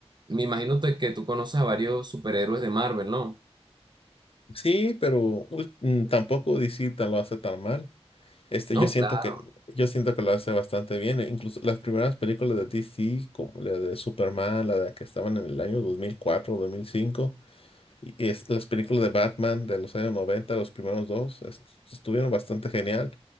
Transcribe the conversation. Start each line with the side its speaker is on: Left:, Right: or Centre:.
Right: me imagino te- que tú conoces a varios superhéroes de Marvel, ¿no?
Left: Sí, pero pues, mm, tampoco DC tan lo hace tan mal. Este,
Right: ¿No?
Left: yo siento
Right: Claro.
Left: que, yo siento que lo hace bastante bien. e Incluso las primeras películas de DC, como la de Superman, la de que estaban en el año dos dos mil cuatro dos mil cinco y es, las películas de Batman de los años noventa los primeros dos, est- estuvieron bastante genial.